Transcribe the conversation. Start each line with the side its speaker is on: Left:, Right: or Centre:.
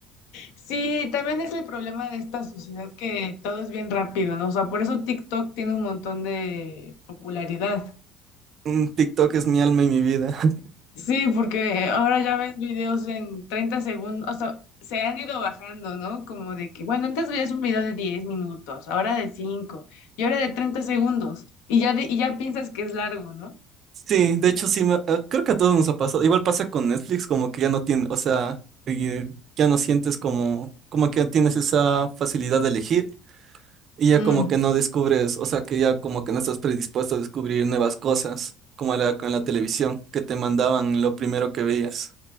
Left: Sí, también es el problema de esta sociedad que todo es bien rápido, ¿no? O sea, por eso TikTok tiene un montón de popularidad.
Right: Mm, TikTok es mi alma y mi vida. <laughs>
Left: Sí, porque ahora ya ves videos en 30 segundos, o sea, se han ido bajando, ¿no? Como de que, bueno, antes veías un video de 10 minutos, ahora de 5 y ahora de 30 segundos y ya, de- y ya piensas que es largo, ¿no?
Right: Sí, de hecho sí, me- eh, creo que a todos nos ha pasado. Igual pasa con Netflix, como que ya no tiene, o sea, eh, ya no sientes como, como que tienes esa facilidad de elegir y ya
Left: Mm,
Right: como que no descubres, o sea, que ya como que no estás predispuesto a descubrir nuevas cosas, como la, con la televisión, que te mandaban lo primero que veías.